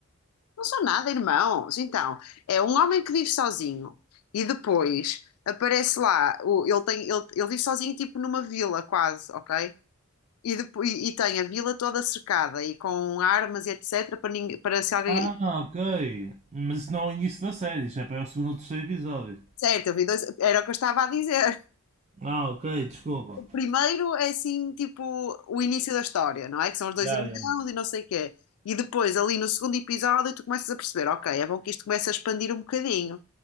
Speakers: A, on the left; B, on the right.
A: Não são nada, irmãos. Então, é um homem que vive sozinho e depois aparece lá, o- ele tem, ele, ele vive sozinho tipo numa vila quase, ok? E, depois, e tem a vila toda cercada e com armas e etc para, ninguém, para se alguém...
B: Ah, ok. Mas isso não é o início da série, isso é para o segundo ou terceiro episódio.
A: Certo, eu vi dois, era o que eu estava a dizer.
B: Ah, ok, desculpa.
A: O primeiro é assim, tipo, o início da história, não é? Que são os dois
B: Ya,
A: irmãos
B: ya.
A: e não sei o quê. E depois, ali no segundo episódio, tu começas a perceber, ok, é bom que isto comece a expandir um bocadinho.